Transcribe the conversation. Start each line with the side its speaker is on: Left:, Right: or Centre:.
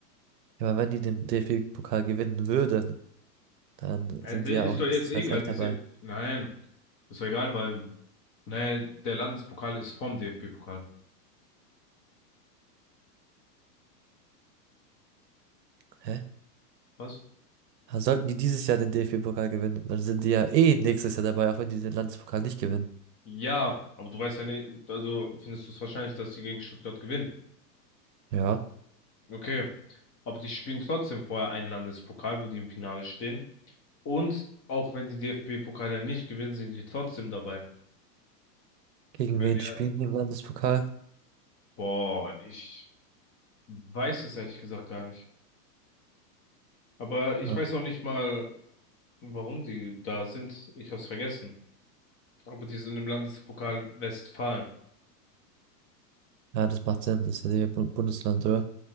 Right: Ja, aber wenn die den DFB-Pokal gewinnen würden, dann
Left: Äh,
Right: sind
Left: der
Right: die ja
Left: ist
Right: auch nächstes
Left: doch jetzt egal.
Right: Jahr safe
Left: die
Right: dabei.
Left: sind. nein, ist doch egal, weil nee, der Landespokal ist vom DFB-Pokal.
Right: Hä?
Left: Was?
Right: Also sollten die dieses Jahr den DFB-Pokal gewinnen, dann sind die ja eh nächstes Jahr dabei, auch wenn die den Landespokal nicht gewinnen.
Left: Ja, aber du weißt ja nicht, also findest du es wahrscheinlich, dass die gegen Stuttgart gewinnen.
Right: Ja.
Left: Okay, aber die spielen trotzdem vorher einen Landespokal, wo die im Finale stehen. Und auch wenn die DFB-Pokal ja nicht gewinnen, sind die trotzdem dabei.
Right: Gegen
Left: Weil
Right: wen
Left: die-
Right: spielen
Left: ja,
Right: die im Landespokal?
Left: Boah, ich weiß es ehrlich gesagt gar nicht. Aber ich
Right: Ah,
Left: weiß auch nicht mal, warum die da sind. Ich hab's vergessen. Aber die sind im Landespokal Westfalen.
Right: Ja, das macht Sinn, das ist ja der Bu- Bundesland, oder?